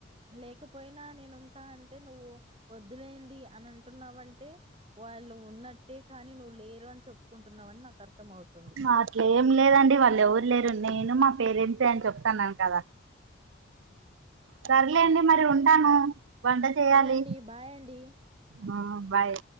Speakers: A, on the right; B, on the right.
A: లేకపోయినా నేను ఉంటా అంటే నువ్వు వద్దు ఇదేండి అని అంటున్నామంటే వాళ్ళు ఉన్నట్టే కానీ నువ్వు లేరు అని చెప్పుకుంటున్నావని నాకు అర్థం అవుతుంది
B: మా అట్లే ఏం లేదండి వాళ్ళు ఎవరు లేరు నేను మా పేరెంట్సే అని చెప్తాన్నాను కదా సర్లేండి మరి ఉంటాను. వంట చేయాలి
A: సరే అండి బాయ్ అండి.
B: ఆ బాయ్